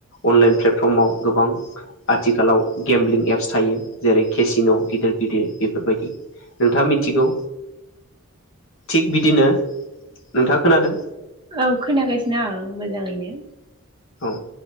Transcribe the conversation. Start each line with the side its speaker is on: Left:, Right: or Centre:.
Left: अनलाइन प्लेटफर्माव गोबां आथिखालाव गेमलिं एप्स थायो जेरै केसिन' गिदिर गिदिर बेफोर बायदि नोंथाङा मिथिगौ थिग बिदिनो नोंथाङ खोनादों?
Right: औ खोनागासिनो आं मोजाङैनो।
Left: औ।